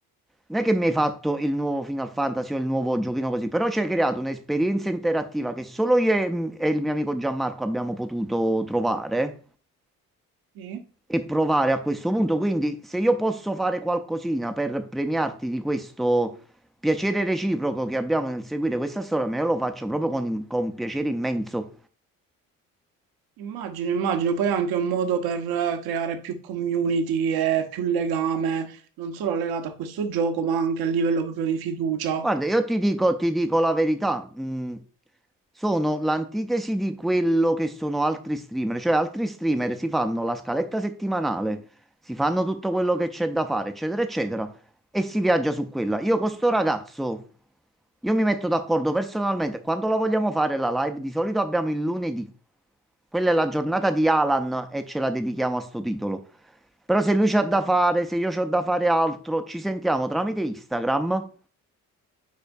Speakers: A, in the centre; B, on the right.
A: non è che mi hai fatto il nuovo Final Fantasy o il nuovo giochino così, però ci hai creato un'esperienza interattiva che solo io e e il mio amico Gianmarco abbiamo potuto trovare
B: Sì.
A: e provare a questo punto. Quindi, se io posso fare qualcosina per premiarti di questo piacere reciproco che abbiamo nel seguire questa storia, me lo faccio proprio con, con piacere immenso.
B: Immagino, immagino, poi è anche un modo per eh, creare più community e più legame, non solo legato a questo gioco, ma anche a livello proprio di fiducia.
A: Guarda, io ti dico, ti dico la verità, mm, sono l'antitesi di quello che sono altri streamer, cioè altri streamer si fanno la scaletta settimanale, si fanno tutto quello che c'è da fare, eccetera, eccetera, e si viaggia su quella. Io con sto ragazzo, io mi metto d'accordo personalmente, quando la vogliamo fare la live, di solito abbiamo il lunedì, quella è la giornata di Alan e ce la dedichiamo a sto titolo. Però se lui c'ha da fare, se io c'ho da fare altro, ci sentiamo tramite Instagram